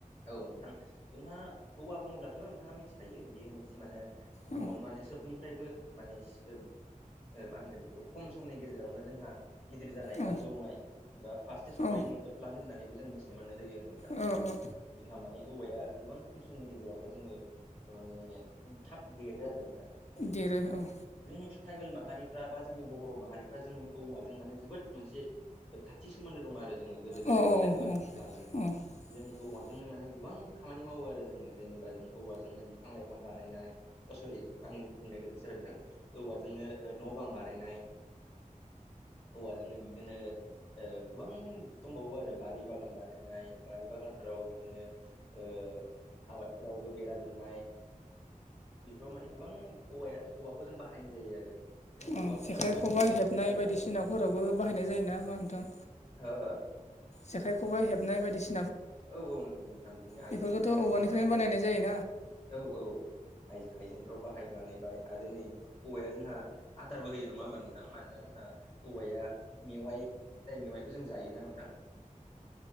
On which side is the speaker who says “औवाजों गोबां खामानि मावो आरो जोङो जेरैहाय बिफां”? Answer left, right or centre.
Left